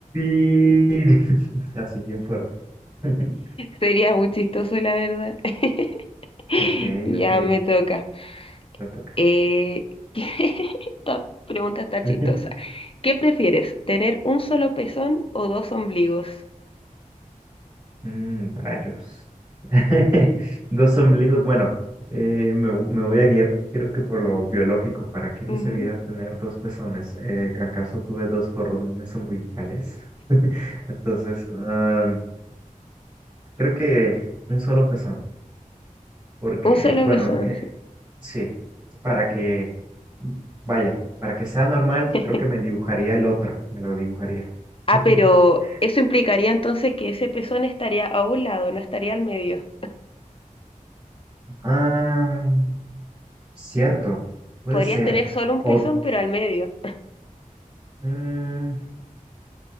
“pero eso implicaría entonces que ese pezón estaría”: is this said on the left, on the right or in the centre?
Left